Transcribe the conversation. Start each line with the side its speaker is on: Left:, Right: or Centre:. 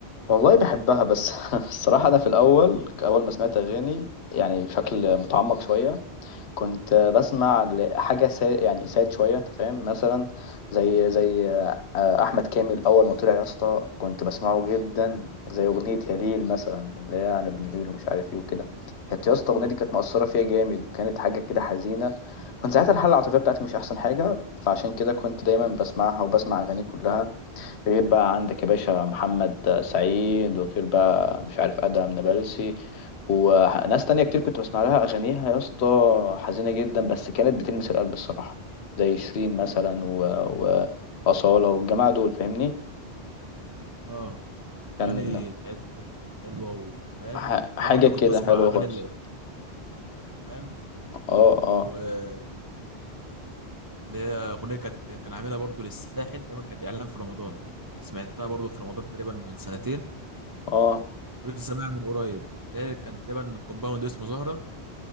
Left: والله بحبها بس <laughs> الصراحة أنا في الأول أول ما سمعت أغاني يعني بشكل متعمق شوية كنت بسمع حاجة سا... يعني ساد شوية انت فاهم مثلا زي زي آه، أحمد كامل أول ما طلع يا اسطى كنت بسمعه جدا زي أغنية يا ليل مثلا اللي هي أنا ابن ليل ومش عارف إيه وكده كانت يا اسطى الأغنية
Right: اه
Left: دي كانت مؤثرة فيا جامد وكانت حاجة كده حزينة كنت ساعتها الحالة العاطفية بتاعتي مش أحسن حاجة فعشان كده كنت دايما بسمعها وبسمع أغاني كلها غير بقى عندك يا باشا محمد سعيد وغير بقى مش عارف ادهم نابلسي وناس تانية كتير كنت بسمع لها اغانيها يا اسطى حزينة جدا بس كانت بتلمس القلب الصراحة زي شيرين مثلا و... وأصالة والجماعة دول فاهمني
Right: اه الاغاني
Left: كان
Right: بتاعته برضو كانت حلوه وفاهم
Left: ح... حاجة
Right: انا برضو
Left: كده
Right: كنت بسمع
Left: حلوة
Right: اغاني
Left: خالص
Right: اللي فاهم
Left: اه اه
Right: واللي هي اغنيه كانت كان عاملها برضو للساحل تقريبا كانت اعلان في رمضان كنت سمعتها برضو في رمضان تقريبا من سنتين
Left: اه
Right: لسه بقى من قريب لا كان تقريبا كومباوند اسمه زهرة